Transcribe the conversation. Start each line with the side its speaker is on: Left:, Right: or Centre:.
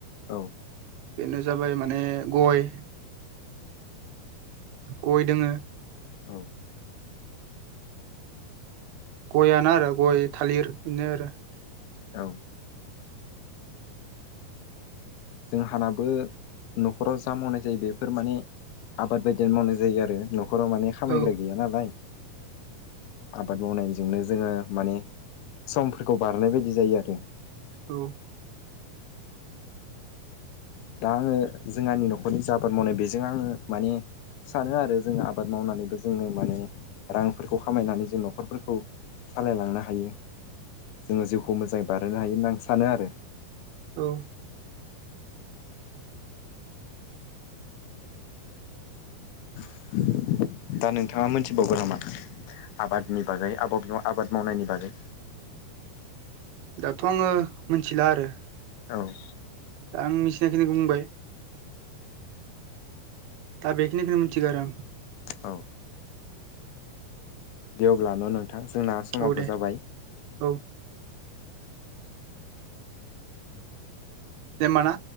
Left: औ
Right: बेनो जाबाय माने गय गय दोङो
Left: औ
Right: गयानो आरो गय थालिर बेनो आरो
Left: औ जोंहानाबो न'खराव जा मावनाय जायो बेफोर माने आबाद बायदिनो मावनाय जायो आरो न'खराव माने खामायग्रा
Right: औ
Left: गैया नालाय आबाद मावनायजोंनो जोङो माने समफोरखौ बारहोनाय बायदि जायो आरो
Right: औ
Left: दा आङो जोंहानि न'खरनि आबाद मावनाय बेजों आङो माने सानो आरो जोङो आबाद मावनानैबो जोङो माने रांफोरखौ खामायनानै जों न'खरफोरखौ सालायलांनो हायो जोङो जिउखौ मोजाङै बारहोनो हायो होनना आं सानो आरो
Right: औ
Left: <inaudible> दा नोंथाङा मोनथिबावगोन नामा आबादनि बागै आबाद आबाद मावनायनि बागै
Right: दाथ' आङो मिथिला आरो
Left: औ
Right: दा आं मिथिनायखिनिखो बुंबाय दा बे खिनिखोनो मिथिगो आरो आं
Left: औ दे अब्ला न' नोंथां जोंना समाबो
Right: औ दे
Left: जाबाय
Right: औ दे होमबा ना